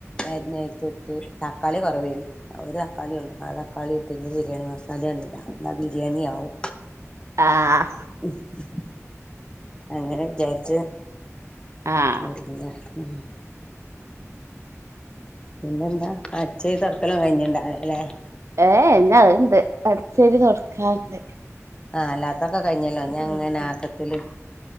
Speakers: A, on the left; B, on the right.
A: അരിഞ്ഞിട്ട് അതിക്ട്ട് തക്കാളി കുറവ് എയിന്. ഒരു തക്കാളിയേയുള്ളൂ ആ തക്കാളിയിട്ട് ബിരിയാണി മസാല എണ് ന ബിരിയാണിയാവും.
B: ആഹ്
A: <unintelligible> അങ്ങനെ വിചാരിച്ച്
B: ആഹ്
A: <unintelligible> പിന്നെന്താ അടിച്ചോരി തൊടക്കല് ഒന്നും കഴിഞ്ഞുണ്ടാവില്ലെ
B: ഏഹ് എന്നാ അത്ണ്ട് അടിച്ചാരി തുടക്കാൻണ്ട്.
A: ആഹ് അല്ലാത്തൊക്കെ കഴിഞ്ഞല്ലോ ഞാ അങ്ങനെ ആക്കത്തില്.